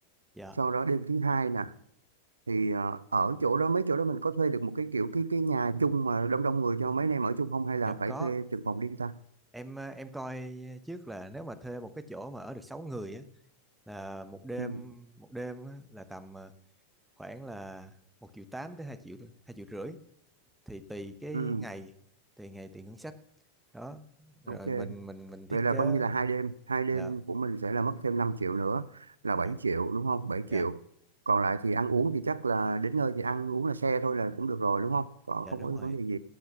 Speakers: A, in the centre; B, on the right.
A: dạ
B: sau đó đêm thứ hai nè, thì ờ, ở chỗ đó mấy chỗ đó mình có thuê được một cái kiểu cái cái nhà chung mà đông đông người cho mấy anh em ở chung không hay là
A: dạ
B: phải
A: có
B: thuê từng phòng riêng ta?
A: em ờ, em coi trước là nếu mà thuê một cái chỗ mà ở được 6 người á là một đêm
B: Ừ,
A: một đêm á, là tầm ờ, khoảng là một triệu tám tới hai triệu hai triệu rưỡi thì tùy cái
B: ừ,
A: ngày tùy ngày tùy ngân sách đó rồi
B: ok.
A: mình mình mình thiết
B: Vậy là
A: kế
B: coi như là hai đêm, hai đêm
A: dạ
B: của mình sẽ là mất thêm 5 triệu nữa là
A: dạ
B: 7 triệu đúng không? 7
A: dạ
B: triệu. Còn lại thì ăn uống thì chắc là đến nơi thì ăn uống là xe thôi là cũng được rồi đúng không? Còn
A: dạ
B: không
A: đúng
B: có
A: rồi
B: vấn đề gì.